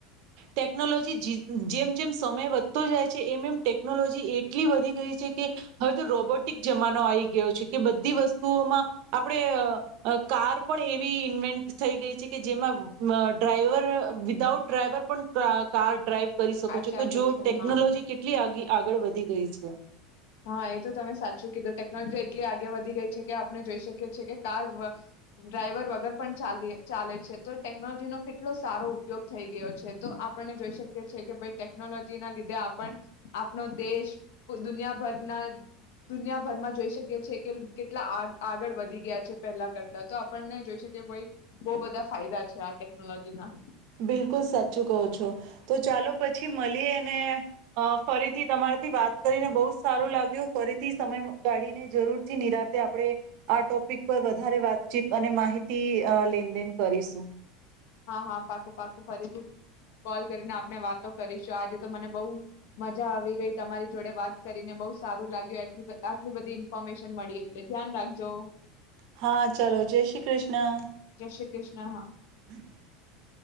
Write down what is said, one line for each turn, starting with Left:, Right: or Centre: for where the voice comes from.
Right: ટેકનોલોજી જેમ જેમ સમય વધતો જાય છે એમ એમ ટેકનોલોજી એ એટલી વધી ગઈ છે કે હવે તો રોબોટિક જમાનો આવી ગયો છે કે બધી વસ્તુઓમાં આપણે કાર પણ એવી ઇન્વેન્ટ થઈ ગઈ છે કે જેમાં ડ્રાઈવર વિદાઉટ ડ્રાઈવર પણ કાર ડ્રાઈવ કરી શકો
Left: આ
Right: છો તો
Left: ચાલે
Right: જો
Left: છે
Right: ટેકનોલોજી
Left: હા
Right: કેટલી આગળ વધી એ જ ણે
Left: હા એ તો તમે સાચું કીધું ટેકનોલોજી એટલી આગે વધી ગઈ છે કે આપણે જોઈ શકીએ છીએ કે કાર ડ્રાઈવર વગર પણ ચાલે છે તો ટેકનોલોજી નો કેટલો સારો ઉપયોગ થઈ ગયો છે તો આપણને જોઈ શકીએ છેએ કે ભાઈ ટેકનોલોજી ના લીધે આપણ આપણો દેશ દુનિયા ભરના દુનિયાભરમાં જોઈ શકીએી કે કેટલા આગળ વધી ગયા છે પહેલા કરતા તો આપણને જોઈ શકીએ ભાઈ બો બધા ફાયદા છે આ ટેકનોલોજી ના
Right: બિલકુલ સાચું કહો છો તો ચાલો પછી મળીએ અને ફરીથી તમારાથી વાત કરીને બહુ સારું લાગ્યું ફરીથી સમય કાઢીને જરૂર થી નિરાતે આપણે આ ટોપિક પર વધારે વાતચીત અને માહિતી લેનદેન કરીશું
Left: હા હા પાકું પાકું ફરીથી કોલ કરીને આપણે વાતો કરીશું આજે તો મને બહુ મજા આવી ગઈ તમારી જોડે વાત કરીને બહુ સારું લાગ્યું આટલી બધી ઈન્ફોર્મેશન મળી એટલે ધ્યાન રાખજો
Right: હા ચલો જય શ્રી કૃષ્ણ.
Left: જય શ્રી કૃષ્ણ.
Right: <inaudible>